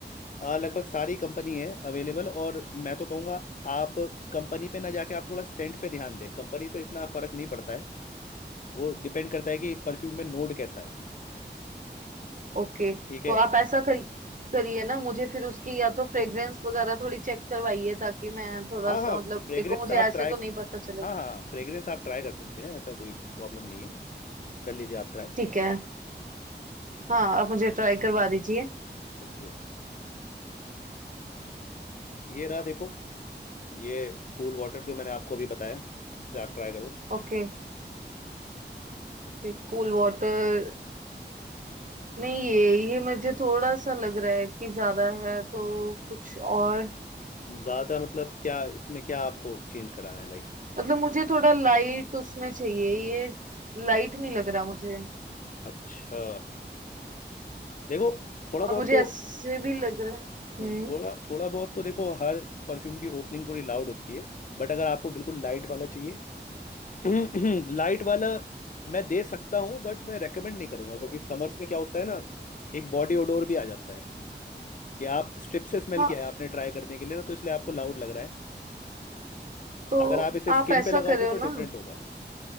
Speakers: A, on the left; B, on the right.
A: आ, लगभग सारी कंपनी है अवेलेबल और मैं तो कहूँगा आप कंपनी पे ना जाके आप थोड़ा सेंट पे ध्यान दें कंपनी से इतना फर्क नहीं पड़ता है वो डिपेंड करता है कि परफ्यूम में नोड कैसा है
B: ओके
A: ठीक
B: तो
A: है
B: आप ऐसा करिए करिए ना मुझे फिर उसकी या तो फ्रेग्रेंस वगैरह थोड़ी चेक करवाइए ताकि मैं थोड़ा
A: हाँ
B: सा
A: हाँ
B: मतलब
A: फ्रेग्रेंस
B: देखो मुझे
A: आप
B: ऐसे
A: ट्राई
B: तो नहीं पता चलेगा
A: हाँ हाँ फ्रेग्रेंस आप ट्राई कर सकते हैं ऐसा कोई प्रॉब्लम नहीं है कर लीजिए आप ट्राई
B: ठीक है हाँ आप मुझे ट्राई करवा दीजिए
A: Okay okay ये रहा देखो ये कूल वाटर जो मैंने आपको अभी बताया इसे आप ट्राई करो
B: ओके Okay cool water नहीं ये ये मुझे थोड़ा सा लग रहा है कि ज्यादा है तो कुछ और
A: ज़्यादा मतलब क्या इसमें क्या आपको चेंज कराना है लाइक
B: मतलब मुझे थोड़ा लाइट उसमें चाहिए ये लाइट नहीं लग रहा मुझे
A: अच्छा देखो थोड़ा बहुत
B: और मुझे
A: तो
B: ऐसे भी लग रहा है हम्म
A: हम्म, थोड़ा थोड़ा बहुत तो देखो हर परफ्यूम की ओपनिंग थोड़ी लाउड होती है बट अगर आपको बिल्कुल लाइट वाला चाहिए <clears throat> लाइट वाला मैं दे सकता हूँ बट मैं रेकमेंड नहीं करूंगा क्योंकि समर्स में क्या होता है ना एक बॉडी ओडोर भी आ जाता है कि आप स्ट्रिप से स्मेल
B: हाँ
A: किया है आपने ट्राई करने के लिए ना तो इसलिए आपको लाउड लग रहा है
B: तो
A: अगर आप इसे
B: आप
A: स्किन
B: ऐसा
A: पे लगाओगे
B: करे
A: तो
B: हो ना
A: डिफरेंट होगा